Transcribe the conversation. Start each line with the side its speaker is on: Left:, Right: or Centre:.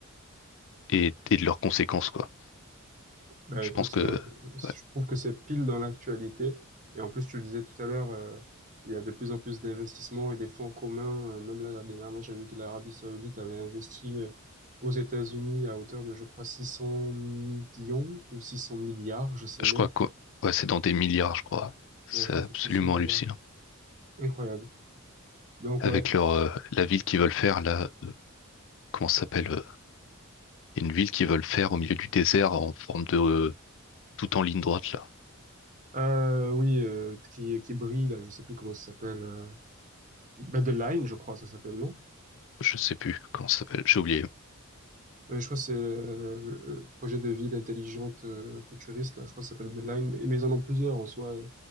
Left: et, et de leurs conséquences, quoi.
Right: Bah
Left: Je
Right: écoute,
Left: pense que,
Right: euh, je
Left: ouais,
Right: trouve que c'est pile dans l'actualité. Et en plus, tu le disais tout à l'heure, euh, il y a de plus en plus d'investissements et des fonds communs. Euh, même là, dernièrement, j'ai vu que l'Arabie Saoudite avait investi euh, aux États-Unis à hauteur de, je crois, 600 millions ou 600 milliards, je sais même.
Left: je crois que ouais, c'est dans des milliards, je crois. C'est
Right: Ouais, je crois
Left: absolument
Right: que c'est 600 milliards.
Left: hallucinant.
Right: Incroyable. Donc
Left: Avec
Right: ouais,
Left: leur euh, la ville qu'ils veulent faire, là, comment ça s'appelle? euh, Il y a une ville qu'ils veulent faire au milieu du désert en forme de euh, tout en ligne droite là.
Right: euh, oui, euh, qui qui brille là, je sais plus comment ça s'appelle. Euh, Line, je crois, ça s'appelle, non?
Left: Je sais plus comment ça s'appelle, j'ai oublié.
Right: Ouais, je crois que c'est euh, le projet de ville intelligente euh, futuriste, là, je crois que ça s'appelle The Line, mais, mais ils en ont plusieurs en soi, euh,